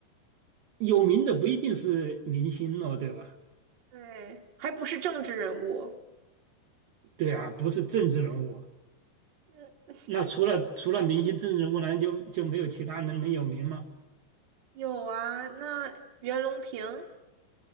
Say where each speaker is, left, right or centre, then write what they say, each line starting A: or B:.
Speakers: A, on the right (about 60°); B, on the right (about 40°).
A: 有名的不一定是明星哦，对吧？
B: 对，还不是政治人物。
A: 对啊，不是政治人物啊。
B: 嗯，
A: 那除了除了明星、政治人物，难就就没有其他人能有名吗？
B: 有啊，那袁隆平